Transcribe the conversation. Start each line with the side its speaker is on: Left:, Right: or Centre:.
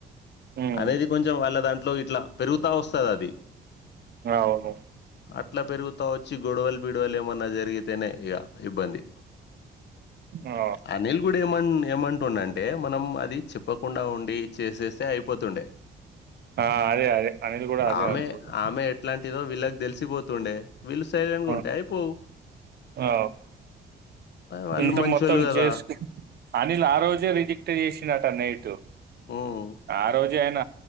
Right: ఉమ్
Left: అనేది కొంచం వాళ్ళ దాంట్లో ఇట్లా పెరుగుతా వస్తది అది
Right: ఆ అవును
Left: అట్లా పెరుగుతా వచ్చి గొడవలు బిడవలు ఏమన్నా జరిగితేనే ఇగ ఇబ్బంది
Right: ఆ
Left: అనిల్ కూడా ఏమ ఏమంటుండ అంటే మనం అది చెప్పకుండా ఉండి చేసేస్ సే అయిపోతుండే
Right: ఆ అదే అదే అనిల్ కూడా అదే
Left: ఆమె
Right: అంటుండు
Left: ఆమె ఎట్లాంటిదో వీళ్ళకి తెలిసిపోతుండే వీళ్ళు సైలెంట్‌గా
Right: ఆ
Left: ఉంటే అయిపోవు.
Right: ఆ
Left: వాళ్ళు
Right: ఇంత
Left: మంచోళ్ళు
Right: మొ త్తం
Left: గదా!
Right: చేస్కు అనిల్ ఆ రోజే <unintelligible> క్ట్ చేసినట నైట్
Left: హ్మ్.
Right: ఆ రోజు ఆయిన